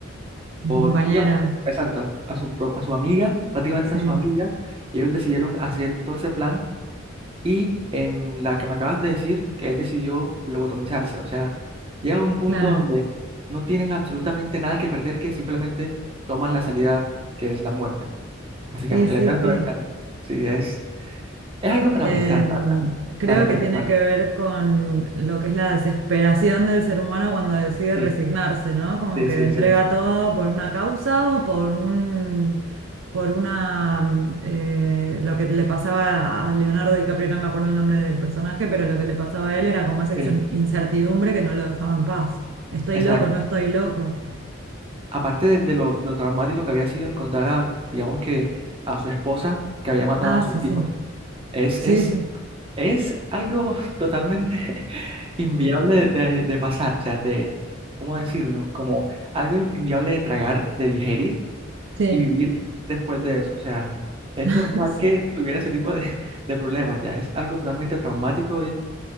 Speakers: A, on the right; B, on the right.
A: Su
B: por,
A: compañera,
B: digamos, que- exacto, a su, pro- a su amiga, prácticamente
A: sí,
B: a su amiga, y ellos decidieron hacer todo ese plan y en la que me acabas de decir que él decidió lobotomizarse. O sea, llega a un punto
A: claro.
B: donde no tienen absolutamente nada que perder, que simplemente toman la salida que es la muerte, básicamente,
A: Sí, sí,
B: el eterno
A: sí.
B: descanso. Sí, es, es algo para
A: Eh,
B: pensar, la verdad,
A: creo
B: para reflexionar.
A: que tiene que ver con lo que es la desesperación del ser humano cuando decide
B: Sí,
A: resignarse, ¿no? Como
B: sí,
A: que
B: sí,
A: entrega
B: sí,
A: todo por una causa o por un, por una, mm, eh, lo que le pasaba a Leonardo DiCaprio, no me acuerdo el nombre del personaje, pero lo que le pasaba a él era como esa
B: sí,
A: incen- incertidumbre que no lo dejaba en paz. Estoy
B: exacto.
A: loco, no estoy loco.
B: Aparte de, de lo, lo traumático que había sido encontrar a, digamos que, a su esposa que había matado
A: Ah,
B: a sus
A: sí, sí,
B: hijos. Es,
A: sí,
B: es
A: sí,
B: Es algo totalmente <laughs> inviable de, de pasar, o sea, de, ¿cómo decirlo? Como algo in- inviable de tragar, de digerir
A: sí,
B: y vivir después de eso. O sea, es
A: <laughs>
B: normal
A: sí,
B: que tuviera ese tipo de, <laughs> de problemas ya. Es algo totalmente traumático y,